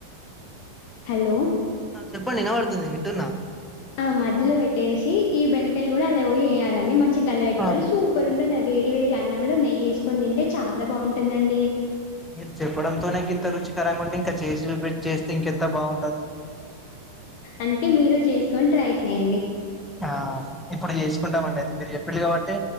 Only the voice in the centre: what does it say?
ఆ చెప్పండి వినబడుతుంది వింటున్నా
ఆ
మీరు చెప్పడంతోనే గింత రుచికరంగుంటే ఇంకా చేసి పెట్ చేస్తే ఇంకెంత బాగు
అ ఇప్పుడు చేసుకుంటం అండి అయితే మీరు చెప్పిన్రు కాబట్టి